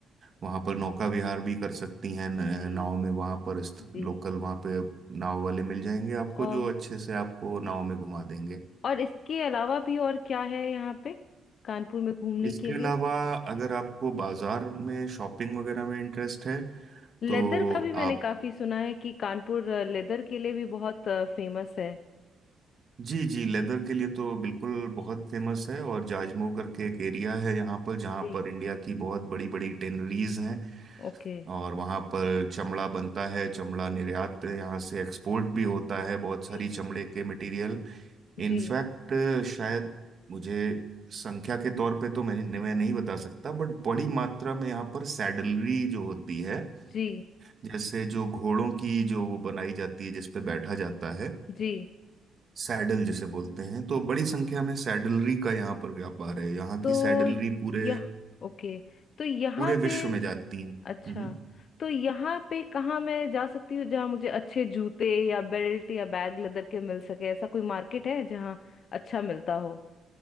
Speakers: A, on the right; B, on the left.
A: वहाँ पर नौका विहार भी कर सकती हैं न-
B: जी
A: नाव में वहाँ पर स्थित
B: जी
A: लोकल वहाँ पे नाव वाले मिल जाएंगे आपको
B: और
A: जो अच्छे से आपको नाव
B: जी
A: में घुमा देंगे
B: और इसके अलावा भी और क्या है यहाँ पे कानपुर में घूमने
A: इसके
B: के लिए
A: अलावा अगर आपको बाजार में शॉपिंग वगैरह में इंटरेस्ट है
B: लेदर
A: तो
B: का भी मैंने
A: आप
B: काफी सुना है कि कानपुर लेदर के लिए भी बहुत फेमस है
A: जी जी लेदर के लिए तो बिल्कुल बहुत फेमस है और जाजमऊ करके एक एरिया है यहाँ पर जहाँ
B: जी
A: पर इंडिया की बहुत बड़ी बड़ी टेनरीज हैं
B: ओके
A: और वहाँ पर चमड़ा बनता है चमड़ा निर्यात यहाँ से एक्सपोर्ट भी होता है बहुत
B: जी
A: सारी चमड़े के मटेरियल इनफैक्ट
B: जी
A: शायद मुझे संख्या के तौर पे तो मैंने मैं नहीं बता सकता बट बड़ी मात्रा में यहाँ पर सैडलरी जो होती है
B: जी
A: जैसे जो घोड़ों की जो वो बनाई जाती है जिस पे बैठा जाता है
B: जी
A: सैडल जिसे बोलते हैं तो बड़ी संख्या में सैडलरी का यहाँ पर व्यापार है यहाँ
B: तो
A: की सैडलरी पूरे
B: यह ओके तो यहाँ
A: पूरे
B: पे
A: विश्व में जाती हैं
B: अच्छा
A: हम्म
B: तो यहाँ पे कहाँ मैं जा सकती हूँ जहाँ मुझे अच्छे जूते या बेल्ट या बैग लेदर के मिल सके ऐसा कोई मार्केट है जहाँ अच्छा मिलता हो